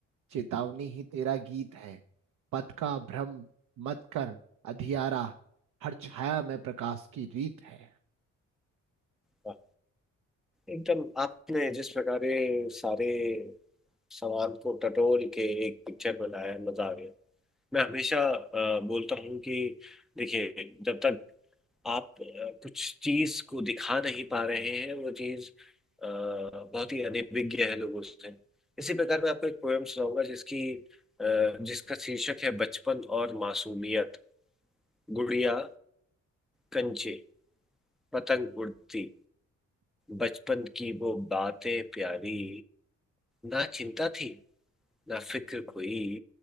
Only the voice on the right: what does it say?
चेतावनी ही तेरा गीत है पथ का भ्रम मत कर अधियारा हर छाया में प्रकाश की रीत है